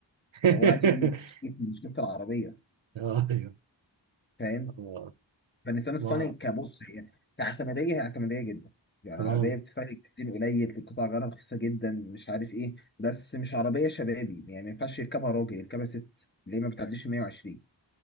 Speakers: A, on the right; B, on the left.
A: <laughs>
B: ده هو عايز يقول لي مشكلتي مشكله العربيه
A: ايوه
B: فاهم
A: اه
B: فالنسيان الصيني
A: ما
B: كبص هي كاعتماديه هي اعتماديه جدا يعني
A: تمام
B: عربيه بتستهلك كتير قليل القطع غيارها رخيصه جدا مش عارف ايه بس مش عربيه شبابي يعني ما ينفعش يركبها راجل يركبها ست ليه ما بتعديش ال 120